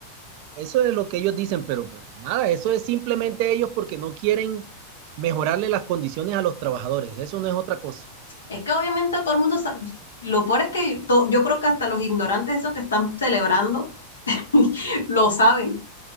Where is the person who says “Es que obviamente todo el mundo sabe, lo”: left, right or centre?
Left